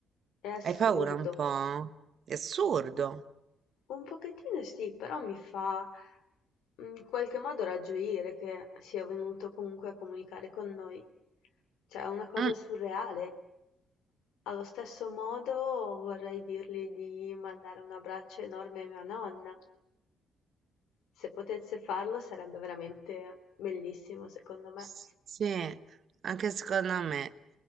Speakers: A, on the left (about 90°); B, on the right (about 55°).
A: è assurdo.
B: Hai paura un po'? È assurdo.
A: Un un pochettino sì, però mi fa in qualche modo ragioire che sia venuto comunque a comunicare con noi. Cioè, è una cosa
B: Mm,
A: surreale. Allo stesso modo vorrei dirgli di mandare un abbraccio enorme a mia nonna. Se potesse farlo sarebbe veramente bellissimo, secondo me.
B: sì, anche secondo me.